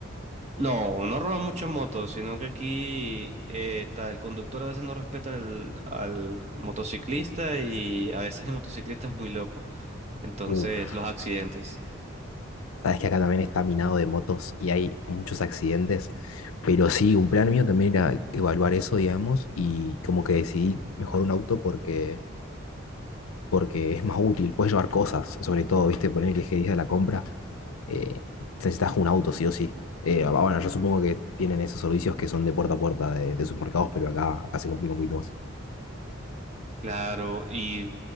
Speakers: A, on the right (about 30°); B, on the left (about 85°).
A: No, no roban muchas motos, sino que aquí eh, ta- el conductor a veces no respeta al, al motociclista y a veces el motociclista es muy loco. Entonces,
B: Uf,
A: los accidentes.
B: Sabes que acá también está minado de motos y hay muchos accidentes, pero sí, un plan mío también era evaluar eso, digamos, y como que decidí mejor un auto porque, porque es más útil, puedes llevar cosas, sobre todo, viste, poner que dije de la compra, eh, necesitas un auto, sí o sí. Eh, ah, bueno, yo supongo que tienen esos servicios que son de puerta a puerta de, de supermercados, pero acá, acá se complica un poquito más.
A: Claro, y